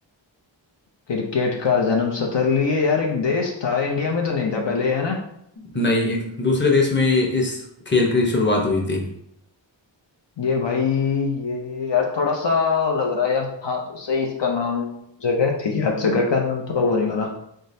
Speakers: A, on the left (about 65°); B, on the left (about 25°).
A: क्रिकेट का जन्म स्थल ये यार एक देश था इंडिया में तो नहीं था पहले है ना
B: नहीं एक दूसरे देश में इस खेल की शुरुआत हुई थी
A: ये भाई ये यार थोड़ा सा लग रहा है यार था तो सही इसका नाम जगह थी यार जगह का नाम थोड़ा वो नहीं हो रहा